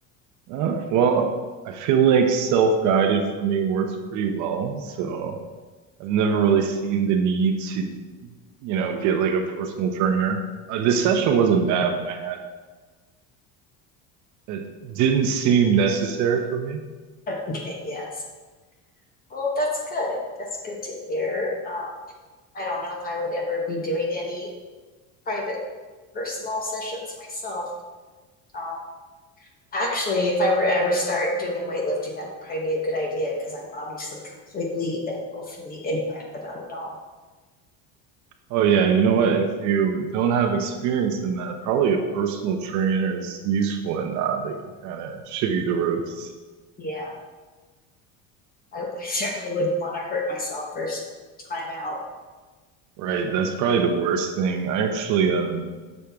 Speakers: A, on the right; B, on the left.
A: Uh, well, I feel like self-guided for me works pretty well, so I've never really seen the need to, you know, get like a personal trainer. Uh, the session wasn't bad when I had It didn't seem necessary for me.
B: <laughs> Okay, yes. Well, that's good. That's good to hear. Um, I don't know if I would ever be doing any private personal sessions myself. Um, actually, if I were ever start doing weightlifting, that'd probably be a good idea because I'm obviously completely and willfully ignorant about it all.
A: Oh yeah, you know what? If you don't have experience in that, probably a personal trainer is useful in that. They can kind of show you the ropes.
B: Yeah, I, I certainly wouldn't want to hurt myself first time out.
A: Right. That's probably the worst thing. I actually um